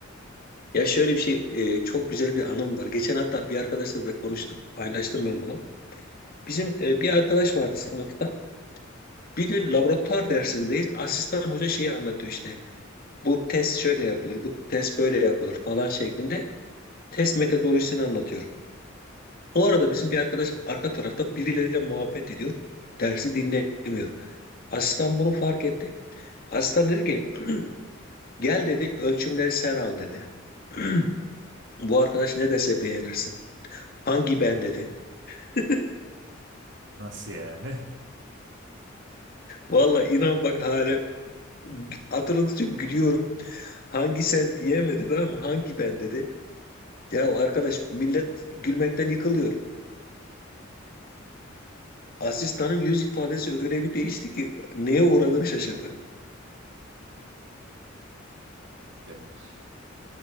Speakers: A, on the left; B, on the right.
A: Ya şöyle bir şey, e, çok güzel bir anım var. Geçen hatta bir arkadaşla da konuştuk, paylaştım ben bunu. Bizim e, bir arkadaş vardı sınıfta. Bir gün laboratuvar dersindeyiz. Asistan hoca şeyi anlatıyor işte. Bu test şöyle yapılır, bu test böyle yapılır falan şeklinde test metodolojisini anlatıyor. Bu arada bizim bir arkadaş arka tarafta birileriyle muhabbet ediyor. Dersi dinlemiyor. Asistan bunu fark etti. Asistan dedi ki, <clears throat> gel dedi ölçümleri sen al dedi. <clears throat> Bu arkadaş ne dese beğenirsin. Hangi ben dedi. <laughs>
B: Nasıl yani?
A: Valla inan bak hala hatırladıkça gülüyorum. Hangi sen diyemedi tamam mı? hangi ben dedi. Ya arkadaş millet gülmekten yıkılıyor. Asistanın yüz ifadesi öyle bir değişti ki neye uğradığını şaşırdı.
B: <laughs> Güzelmiş.